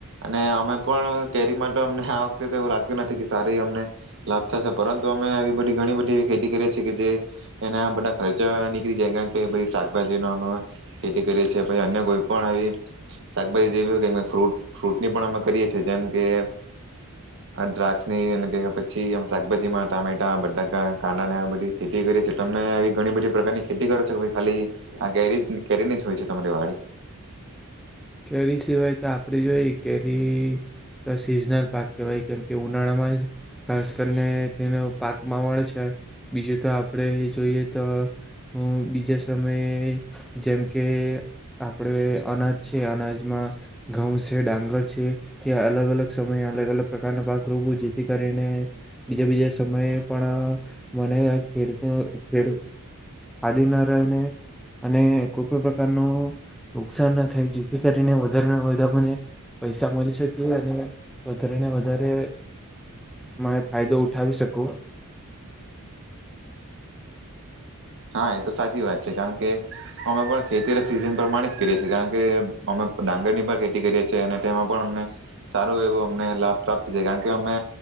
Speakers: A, on the right; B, in the centre.
A: અને અમે પણ કેરી માટે અમને આ વખતે એવું લાગ્યું નથી કે સારી અમને લાભ થશે પરં તુ અમે આવી બધી ઘણી બધી એવી ખેતી કરીએ છીએ કે જે એના બધા ખર્ચા નીકળી જાય કારણ કે શાકભાજી નો અમે ખેતી કરીએ છીએ પછી અન્ય કોઈ પણ આવી શાકભાજી જેવી હોય ફ્રૂટ ફ્રૂટની પણ અમે કરીએ છીએ જેમ કે દ્રાક્ષ ની એ ના પછી શાકભાજીમાં ટામેટા બટાકા કાંડા ને બધી ખેતી કરીએ છીએ તમે એ ઘણી બધી પ્રકારની ખેતી કરો છો ખાલી આ કેરી કેરીની જ હોય છે તમારી વાડી
B: કેરી સિવાય તો આપણે જોઈએ કેરી તો સિઝનલ પાક કહેવાય કેમકે ઉનાળામાં જ ખાસ કરીને તેનો પાકમાં વળ છે બીજું તો આપણે જોઈએ તો હુ બીજા સમયે જેમ કે આપણે અનાજ છે અનાજમાં ઘઉં છે ડાંગર છે એ અલગ અલગ સમયે અલગ અલગ પ્રકારના પાક રોપુ જેથી કરીને બીજા બીજા સમયે પણ મને ખેડ ખાદી ના રહેને અને કોઈ પણ પ્રકાર ણુ નુકસાન ન થાઈ જેથી કરીને વધારે ને વધારે મને પૈસા મળી શકે અને વધારેને વધારે માને ફાયદો ઉઠાવી શકું
A: હા એ તો સાચી વાત છે કારણ કે અમે પણ ખેતી સિઝન પ્રમાણે કર્યે કારણ કે અમે ડાંગર ની પણ ખેતી કરીએ છે અને તેમાં પણ અમને સારું એવું અમને લાભ પ્રાપ્ત છે કારણ કે અમે